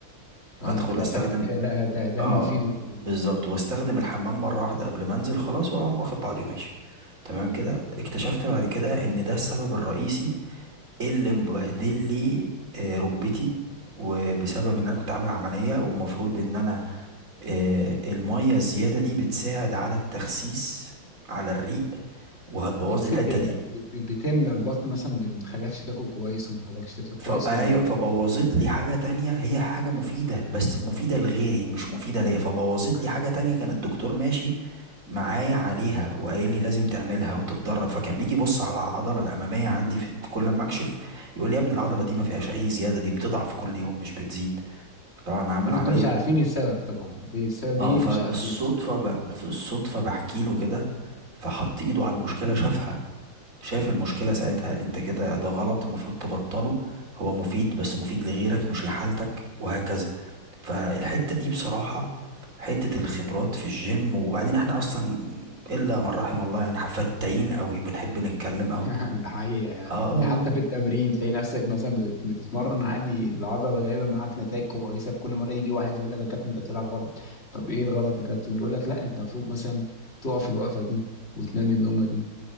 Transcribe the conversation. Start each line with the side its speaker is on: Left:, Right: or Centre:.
Right: وادخل
Left: اه انت بقى
Right: استخدم
Left: فاكر كده ده ده ده
Right: اه
Left: المفيد و-
Right: بالظبط واستخدم الحمام مره واحده قبل ما انزل خلاص واقوم واخد بعضي وماشي تمام كده اكتشفت بعد كده ان ده السبب الرئيسي اللي مبهدل لي آه ركبتي وبسبب ان انا كنت عامل عمليه ومفروض ان انا آه، المية الزيادة دي بتساعد على التخسيس على الريق وهتبوظ
Left: بتسد
Right: لي الحتة
Left: ال-
Right: دي
Left: بت- بتملى البطن مثلا ما بتخليكش تاكل كويس وما بتخليكش تفطر كويس
Right: فأيوة
Left: ولا
Right: فبوظت لي حاجة تانية هي حاجة مفيدة بس مفيدة لغيري مش مفيدة ليا فبوظت لي حاجة تانية كان الدكتور ماشي معايا عليها وقايل لي لازم تعملها وتتدرب فكان بيجي يبص على العضلة الأمامية عندي في كل ما أكشف يقول لي يا ابني العضلة دي ما فيهاش أي زيادة دي بتضعف كل يوم مش بتزيد طبعا عامل
Left: وانتم
Right: عملية
Left: مش عارفين السبب طبعا ايه السبب
Right: اه
Left: ايه
Right: فبالصدفة
Left: مش عارفين مش عارفين
Right: ب... في الصدفة بحكي له كده فحط ايده على المشكلة شافها شاف المشكلة ساعتها قال لي انت كده ده غلط المفروض تبطله هو مفيد بس مفيد لغيرك مش لحالتك وهكذا فالحتة دي بصراحة حتة الخبرات في الجيم وبعدين احنا اصلا الا من رحم الله يعني فتاين قوي بنحب نتكلم قوي
Left: <laughs> ده حقيقة يعني
Right: اه والله
Left: ده حتى في التمرين تلاقي نفسك مثلا بتت- بتتمرن عادي العضلة جايبة معاك نتائج كويسة كل مرة يجي واحد يقول لك يا كابتن انت بتلعب غلط طب ايه الغلط يا كابتن يقول لك لا انت المفروض مثلا تقف الوقفة دي وتنام النومة دي